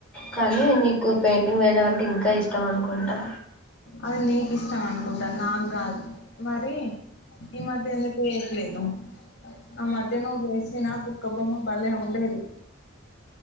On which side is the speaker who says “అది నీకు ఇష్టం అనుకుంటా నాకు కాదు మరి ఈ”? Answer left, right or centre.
Left